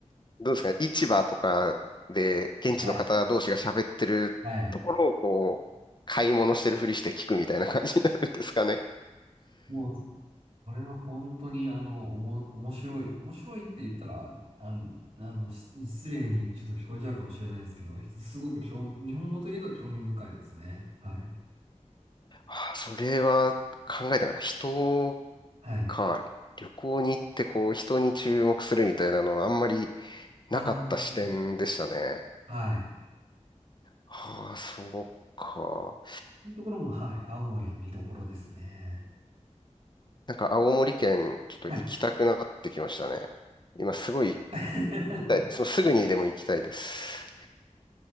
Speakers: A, on the left; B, on the right.
A: どうですかね、市場とかで現地の方同士が喋ってるところをこう、
B: はい。はい。
A: 買い物してるふりして聞くみたいな感じになるんですかね。
B: もう、そそれは本当に、あの、おも、面白い。面白いって言ったら、あの、あの、し失礼にちょっと聞こえちゃうかもしれないですけど、すごく興味、日本語といえど興味深いですね。はい。
A: あそれは考えたかった。人
B: はい。
A: か、旅行に行ってこう人に注目するみたいなのはあんまりなかった視点でしたね。
B: ああ。はい。
A: はあ、そうか。
B: そういうところも、はい。青森は見どころですね。
A: なんか青森県ちょっと行きたくなってきましたね。
B: はい。
A: 今すごい行
B: <laughs>
A: きたい。そのすぐにでも行きたいです。